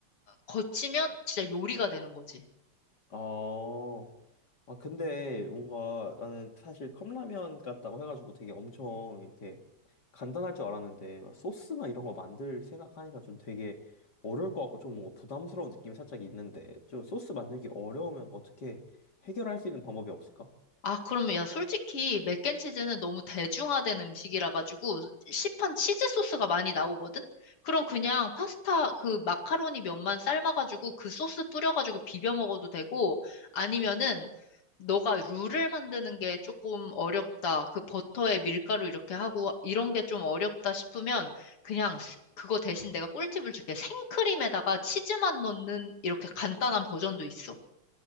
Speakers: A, on the left; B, on the left.
A: 거치면 진짜 요리가 되는 거지.
B: 어, 아, 근데 뭔가 나는 사실 컵라면 같다고 해가지고 되게 엄청 이렇게 간단할 줄 알았는데 막 소스나 이런 거 만들 생각하니까 좀 되게 어려울 것 같고 좀 뭔가 부담스러운 느낌이 살짝 있는데 좀 소스 만들기 어려우면 어떻게 해결할 수 있는 방법이 없을까?
A: 아, 그러면 야, 솔직히 맥앤치즈는 너무 대중화된 음식이라 가지고 시판 치즈 소스가 많이 나오거든? 그럼 그냥 파스타 그 마카로니 면만 삶아가지고 그 소스 뿌려가지고 비벼 먹어도 되고 아니면은 너가 룰을 만드는 게 조금 어렵다. 그 버터에 밀가루 이렇게 하고 이런 게 좀 어렵다 싶으면 그냥 스- 그거 대신 내가 꿀팁을 줄게. 생크림에다가 치즈만 넣는 이렇게 간단한 버전도 있어.